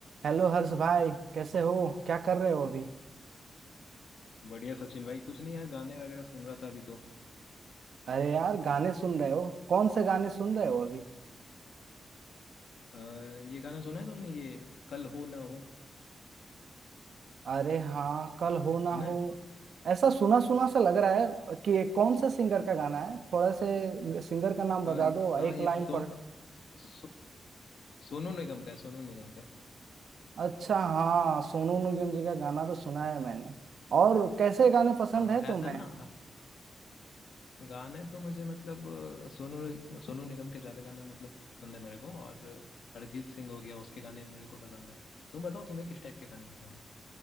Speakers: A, on the right; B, on the left.
A: Hello Harsh भाई कैसे हो क्या कर रहे हो अभी
B: बढ़िया सचिन भाई कुछ नहीं यार गाने वगैरह सुन रहा था अभी तो
A: अरे यार गाने सुन रहे हो कौन से गाने सुन रहे हो अभी
B: आ, ये गाना सुना है तुमने ये कल हो ना हो
A: अरे हाँ कल हो ना
B: सुना
A: हो
B: है
A: ऐसा सुना सुना सा लग रहा है कि ये कौन से सिंगर का गाना है थोड़ा से सिंगर का नाम बता
B: हाँ ये-
A: दो
B: हाँ
A: एक
B: ये
A: लाइन
B: सोन
A: पर
B: सो, सोनू निगम का है सोनू निगम का
A: अच्छा हाँ सोनू निगम जी का गाना तो सुना है मैंने और कैसे गाने पसंद
B: हाँ
A: है तुम्हें
B: ऐसा है ना हाँ, गाने तो मुझे मतलब अ, सोनू नि- सोनू निगम के ज्यादा गाना मतलब पसंद है मेरे को और अरिजीत सिंह हो गया उसके गाने मेरे को पसंद है तुम बताओ तुम्हें किस टाइप के गाने पसंद है